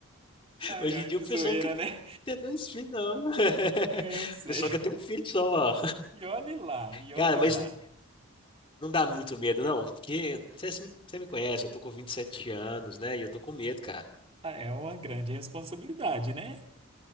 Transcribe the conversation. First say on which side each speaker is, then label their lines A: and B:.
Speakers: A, on the right; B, on the left.
A: Ai,
B: Hoje
A: ai,
B: em dia
A: que
B: o pessoal
A: zoeira,
B: não quer
A: né?
B: ter dois filhos, não. <laughs>
A: É, eu sei.
B: O pessoal quer ter um filho só,
A: E olhe lá, e olhe
B: Cara, mas.
A: lá.
B: Não dá muito medo, não, porque você me você me conhece, eu tô com 27 anos, né? E eu tô com medo, cara.
A: Ah, É uma grande responsabilidade, né?